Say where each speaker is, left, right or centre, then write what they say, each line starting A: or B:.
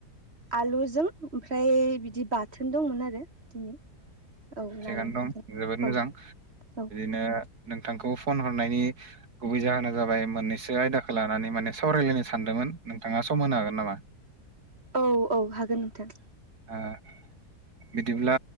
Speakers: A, on the right; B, on the right.
A: आलुजों ओमफ्राय बिदि बाथोन दंमोन आरो दिनै। औ
B: थिगानो
A: नानि
B: दं
A: बाथोन
B: जोबोद मोजां
A: औ औ
B: बिदिनो नोंथांखौ फन हरनायनि गुबै जाहोना जाबाय मोननैसो आयदाखौ लानानै माने सावरायलायनो सानदोंमोन नोंथाङा सम होनो हागोन नामा?
A: औ औ हागोन नोंथां।
B: आं बिदिब्ला